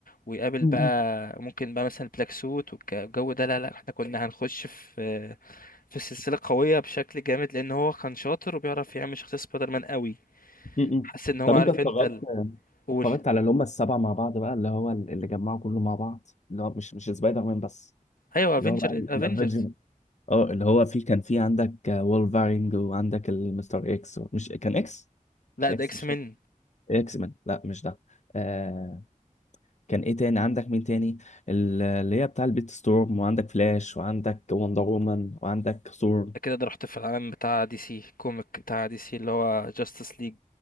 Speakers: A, on the left; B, on the left.
A: ويقابل
B: م-
A: بقى ممكن بقى مثلا بلاك سوت والجو ده لا لا احنا كنا هنخش في في سلسلة قوية بشكل جامد لان هو كان شاطر وبيعرف يعمل شخصية سبايدر مان قوي
B: م- م.
A: حاسس ان هو
B: طب
A: عارف
B: انت اتفرجت
A: انت ال- قول
B: اتفرجت على اللي هم السبعه مع بعض بقى اللي هو اللي جمعوا كله مع بعض اللي هو مش مش سبايدر مان بس
A: ايوه
B: اللي
A: افنجر
B: هو بقى الافنجر
A: افنجرز
B: اه اللي هو في كان في عندك وولفارينج وعندك المستر اكس مش كان اكس
A: لا
B: مش اكس
A: ده اكس
B: مش
A: مين
B: اكس مان لا مش ده آه كان ايه تاني عندك مين تاني ال- اللي هي بتاع البيت ستورم وعندك فلاش وعندك وندر وومن وعندك ثور
A: ده كده ده رحت في العالم بتاع دي سي كوميك بتاع دي سي اللي هو جاستس ليج